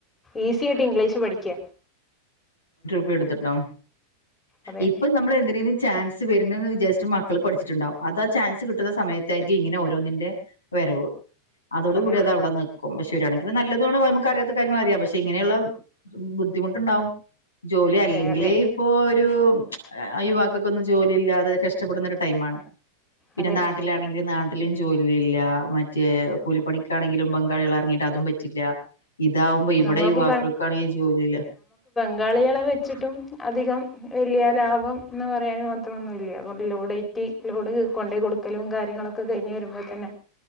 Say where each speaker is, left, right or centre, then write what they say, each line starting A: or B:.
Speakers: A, on the left; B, on the left.
A: ഈസി ആയിട്ട് ഇംഗ്ലീഷ് പഠിക്കാ
B: പ്യ എടുത്തിട്ടോ
A: അതെ
B: ഇപ്പ നമ്മള എന്തിനിലും ചൻ വരുന്നത്െന്ന് വിാരിച്ചട്ട് മക്ക പഠിച്ചിുണ്ടാവും അത്ാ ചാൻസ് കിുന്ന സമയത്തായിരിക്കും ഇങ്ങനെ ന്നിന്റെ വരവ് അതോട
A: അതെ
B: കൂടി അത അവിടെ നിൽക്കും പക്ഷെ ശുരായാണിന് നല്ലത നമുക്ക് അറിയാത്ത കാര്യങ്ങള അറിയാം പക്ഷെ ഇങ്ങനെയുള്ള ബുദ്ധിമുട്ടുണ്ടാവും ജോലി അല്ലെങ്കിലേ
A: അതെ അതെ
B: ഇപ്പോ ഒരു യുവാക്കൊക്കൊന്നും ജോലി ഇല്ലാതെ കഷ ഷപ്പെടുന്ന ട പിന്നെ
A: അതെ
B: നാട്ടിലാണെങ്കില നാട്ടിലും ജോല മറ്റേ കൂലിപ്പണിക്കാണെങ്കിലും പങ്കാളികൾ ഇറങ്ങിട്ട് അതും പറ്റില്ല ഇതാവുമ്പോ ഇവിടെ
A: നമ്മൾക്ക്
B: യുവാക്കൾക്കാണെങ്കിൽ ജോലില്ല
A: പങ്കാളി അള വെച്ചിട്ടും അധികം വലിയ ലാഭം എന്ന് പറയാൻ മാത്രമൊന്നുമ ഇല്ല കുറ ലോഡേറ്റ് യിലോട് കൊണ്ട കൊടുക്കലും കാര്യങ്ങളൊക്കെ കഴിഞ്ഞഞ് വരുമ്പോൾ തന്നെ